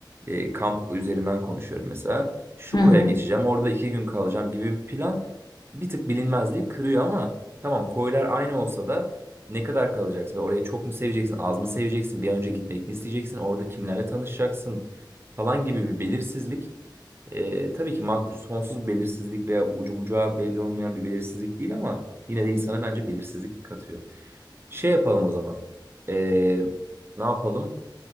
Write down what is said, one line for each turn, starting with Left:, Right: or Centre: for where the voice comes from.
Right: e, kamp üzerinden konuşuyorum mesela. Şu
Left: Hı Evet.
Right: koya
Left: hı.
Right: geçeceğim. Orada 2 gün kalacağım gibi bir plan bir tık bilinmezliği kırıyor ama tamam koylar aynı olsa da ne kadar kalacaksın ve orayı çok mu seveceksin, az mı seveceksin, bir an önce gitmek mi isteyeceksin, orada kimlerle tanışacaksın? falan gibi bir belirsizlik. E, tabii ki ma- sonsuz bir belirsizlik veya ucu bucağı belli olmayan bir belirsizlik değil ama yine de insana bence belirsizlik katıyor. Şey yapalım o zaman. E, ne yapalım?